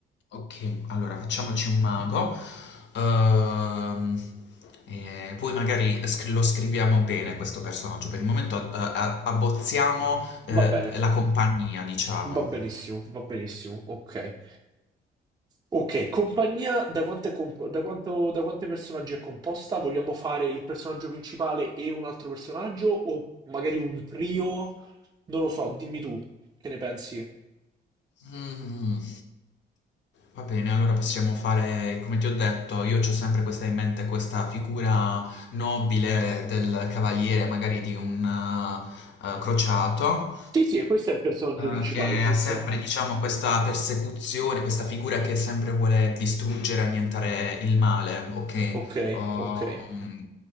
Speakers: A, on the left; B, on the right.
A: Ok, allora facciamoci un mago. Ehm, e poi magari scri- lo scriviamo bene questo personaggio. Per il momento eh, eh, abbozziamo eh,
B: Va bene,
A: la compagnia, diciamo.
B: va benissimo, va benissimo, ok. Ok, compagnia, da, quanto è comp- da quanto- da quanti personaggi è composta? Vogliamo fare il personaggio principale e un altro personaggio o magari un trio? Non lo so, dimmi tu, che ne pensi?
A: Mm. Va bene, allora possiamo fare, come ti ho detto, io ho sempre questa in mente, questa figura nobile del cavaliere, magari di un eh, eh, crociato,
B: Sì, sì, e questo è il personaggio
A: eh,
B: principale,
A: che
B: giusto?
A: ha sempre, diciamo, questa persecuzione, questa figura che sempre vuole distruggere, annientare il male, ok?
B: Ok,
A: Oh,
B: ok,
A: mm,